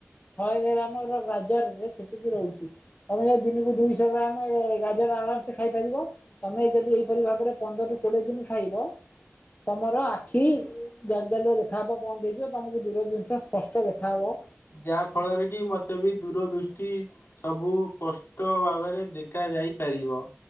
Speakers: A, on the left (about 35°); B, on the left (about 55°).
A: ଶହେ ଗ୍ରାମ ର ଗାଜରରେ ସେତିକି ରହୁଛି, ତମେ ଯଦି ଦିନକୁ ଦୁଇଶହ ଗ୍ରାମ ଗାଜର ଆରାମ ସେ ଖାଇପାରିବ, ତମେ ଯଦି ଏଇପରି ଭାବରେ ପନ୍ଦର ରୁ କୋଡିଏ ଦିନ ଖାଇବ, ତମର ଆଖି ଜାଲ ଜାଲିଆତ ଦେଖାହବ ବନ୍ଦ ହେଇଯିବ, ତମକୁ ଦୂର ଜିନିଷ ସ୍ପଷ୍ଟ ଦେଖା ହାଁ ମ
B: ଯାହା ଫଳରେ କି ମତେ ବି ଦୂର ଦୃଷ୍ଟି ସବୁ ସ୍ପଷ୍ଟ ଭାବରେ ଦେଖା ଯାଇ ପାରିବ।